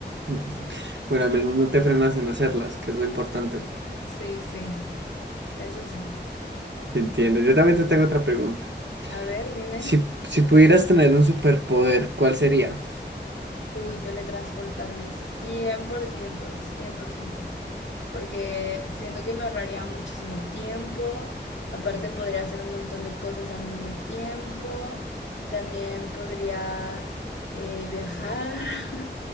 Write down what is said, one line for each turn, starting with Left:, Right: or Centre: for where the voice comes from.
Right: mm. Bueno, al menos no te frenas en hacerlas, que es lo importante.
Left: Sí, sí. Eso sí.
Right: Entiendo. Yo también te tengo otra pregunta.
Left: A ver, dime.
Right: Si, si pudieras tener un superpoder, ¿cuál sería?
Left: Uy, teletransportarme cien cien por ciento cien por ciento Porque siento que me ahorraría muchísimo tiempo. Aparte podría hacer un montón de cosas al mismo tiempo. También podría eh, viajar. <laughs>